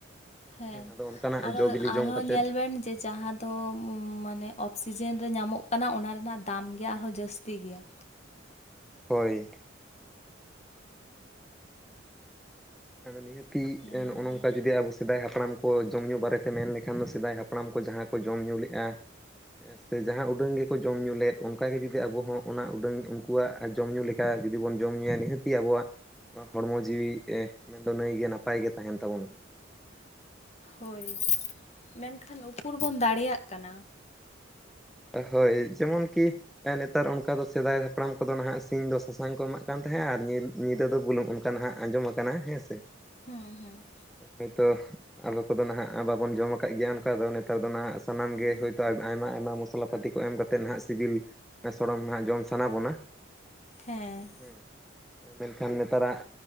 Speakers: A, on the left; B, in the centre.
A: ᱦᱮᱸ,
B: ᱟᱫᱚ ᱚᱱᱠᱟᱱᱟᱜ
A: ᱟᱫᱚ
B: ᱡᱚ ᱵᱤᱞᱤ
A: ᱟᱨᱦᱚᱸ
B: ᱡᱚᱢ ᱠᱟᱛᱮᱫ
A: ᱧᱮᱞ ᱵᱮᱱ ᱵᱮᱱ ᱡᱮ ᱡᱟᱦᱟᱸ ᱫᱚ ᱢᱟᱱᱮ ᱚᱯᱷᱥᱤᱡᱮᱱ ᱨᱮ ᱧᱟᱢᱚᱜ ᱠᱟᱱᱟ ᱚᱱᱟ ᱨᱮᱱᱟᱜ ᱫᱟᱢ ᱜᱮ ᱟᱨᱦᱚᱸ ᱡᱟᱹᱥᱛᱤ ᱜᱮᱭᱟ᱾
B: ᱦᱳᱭ᱾ ᱱᱤᱦᱟᱹᱛᱤ
A: ᱚᱱᱟᱜᱮ
B: ᱮ ᱱᱚᱜ-ᱚ ᱱᱚᱝᱠᱟ ᱡᱩᱫᱤ ᱟᱵᱚ ᱥᱮ ᱥᱮᱫᱟᱭ ᱦᱟᱯᱲᱟᱢ ᱠᱚ ᱡᱚᱢ-ᱧᱩ ᱵᱟᱨᱮᱛᱮ ᱢᱮᱱ ᱞᱮᱠᱷᱟᱱ ᱫᱚ ᱥᱮᱫᱟᱭ ᱦᱟᱯᱲᱟᱢ ᱠᱚ ᱡᱟᱦᱟᱸ ᱠᱚ ᱡᱚᱢ-ᱧᱩ ᱞᱮᱜ-ᱟ᱾ ᱥᱮ ᱡᱟᱦᱟᱸ ᱩᱰᱟᱹᱝ ᱜᱮᱠᱚ ᱡᱚᱢ-ᱧᱩ ᱞᱮᱫ ᱚᱱᱠᱟᱜ ᱜᱮ ᱡᱩᱫᱤ ᱟᱵᱚ ᱦᱚᱸ ᱚᱱᱟ ᱩᱰᱟᱹᱝ ᱩᱱᱠᱩᱣᱟᱜ ᱡᱚᱢ-ᱧᱩ ᱞᱮ ᱞᱮᱠᱟ ᱡᱩᱫᱤ ᱵᱚᱱ ᱡᱚᱢ ᱧᱩᱭᱟ ᱱᱤᱦᱟᱹᱛ ᱜᱮ ᱟᱵᱚᱣᱟᱜ ᱦᱚᱲᱢᱚ ᱡᱤᱣᱤ ᱮ ᱢᱮᱱᱫᱚ ᱱᱟᱹᱭ ᱜᱮ ᱱᱟᱯᱟᱭ ᱜᱮ ᱛᱟᱸᱦᱮᱱ ᱛᱟᱵᱚᱱᱟ᱾
A: ᱦᱳᱭ, ᱢᱮᱱᱠᱷᱟᱱ ᱩᱠᱩᱨ ᱵᱚᱱ ᱫᱟᱲᱮᱭᱟᱜ ᱠᱟᱱᱟ?
B: ᱦᱳᱭ, ᱡᱮᱢᱚᱱ ᱠᱤ ᱱᱮᱛᱟᱨ ᱚᱱᱠᱟ ᱫᱚ ᱥᱮᱫᱟᱭ ᱦᱟᱯᱲᱟᱢ ᱠᱚ ᱫᱚ ᱱᱟᱦᱟᱜ ᱥᱤᱧ ᱫᱚ ᱥᱟᱥᱟᱝ ᱠᱚ ᱮᱢᱟᱜ ᱠᱟᱱ ᱛᱟᱦᱮᱸᱜ-ᱟ, ᱟᱨ ᱧᱤᱨ ᱧᱤᱫᱟᱹ ᱫᱚ ᱵᱩᱞᱩᱝ ᱚᱱᱠᱟ ᱱᱟᱦᱟᱜ ᱟᱸᱡᱚᱢ ᱠᱟᱱᱟ ᱦᱮᱸ ᱥᱮ᱾
A: ᱦᱩᱸ ᱦᱩᱸ᱾
B: ᱦᱳᱭᱛᱳ ᱟᱵᱚ ᱠᱚᱫᱚ ᱱᱟᱦᱟᱜ ᱵᱟᱵᱚᱱ ᱡᱚᱢ ᱠᱟᱜ ᱜᱮᱭᱟ ᱚᱱᱠᱟ ᱫᱚ ᱱᱮᱛᱟᱨ ᱫᱚ ᱱᱟᱦᱟᱜ ᱥᱟᱱᱟᱢ
A: ᱦᱩᱸ
B: ᱜᱮ ᱦᱳᱭᱛᱳ ᱟᱭᱢᱟ ᱟᱭᱢᱟ ᱟᱭᱢᱟ ᱢᱚᱥ ᱢᱚᱥᱞᱟᱯᱟᱹᱛᱤ ᱠᱚ ᱮᱢ ᱠᱟᱛᱮᱮᱫ ᱱᱟᱦᱟᱜ ᱥᱤᱵᱤᱞ ᱥᱚᱲᱚᱢ ᱱᱟᱦᱟᱜ ᱡᱚᱢ ᱥᱟᱱᱟ ᱵᱚᱱᱟ᱾
A: ᱦᱮᱸ᱾
B: ᱦᱮᱸ, ᱢᱮᱱᱠᱷᱟᱱ ᱱᱮᱛᱟᱨᱟᱜ